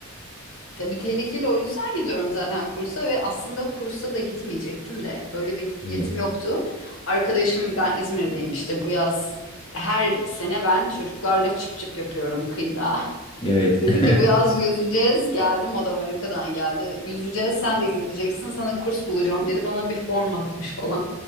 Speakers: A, on the left; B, on the left.
A: Tabii tehlikeli o yüzden gidiyorum zaten kursa ve aslında kursa da gitmeyecektim de öyle bir
B: Evet.
A: niyetim yoktu. Arkadaşım ben İzmir'deyim işte bu yaz her sene ben çocuklarla çıp çıp yapıyorum kıyıda.
B: Evet.
A: <laughs> Dedi
B: <laughs>
A: ki bu yaz yüzeceğiz geldim o da Amerika'dan geldi. Yüzeceğiz sen de gideceksin sana kurs bulacağım dedi bana bir form atmış falan.